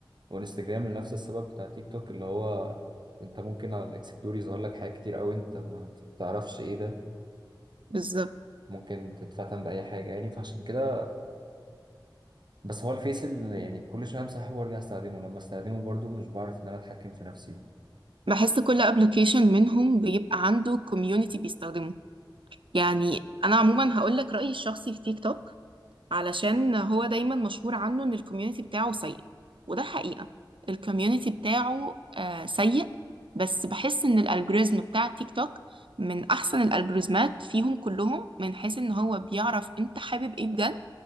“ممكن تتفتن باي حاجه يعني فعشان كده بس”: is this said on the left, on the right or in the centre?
Right